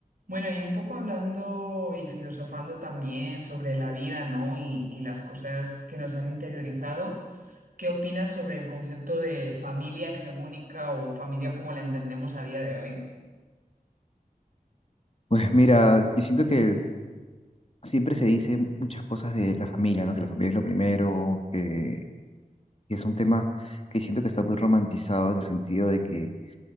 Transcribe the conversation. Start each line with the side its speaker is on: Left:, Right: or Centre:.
Right: Bueno, y un poco hablando y filosofando también sobre la vida, ¿no? Y, y las cosas que nos han interiorizado, ¿qué opinas sobre el concepto de familia hegemónica o familia como la entendemos a día de hoy?
Left: Pues mira, yo siento que siempre se dice muchas cosas de la familia, ¿no? Que la familia es lo primero, que, que es un tema que siento que está muy romantizado en el sentido de que